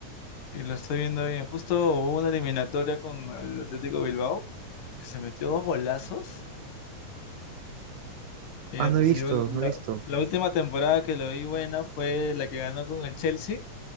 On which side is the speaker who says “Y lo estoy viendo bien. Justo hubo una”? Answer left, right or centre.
Left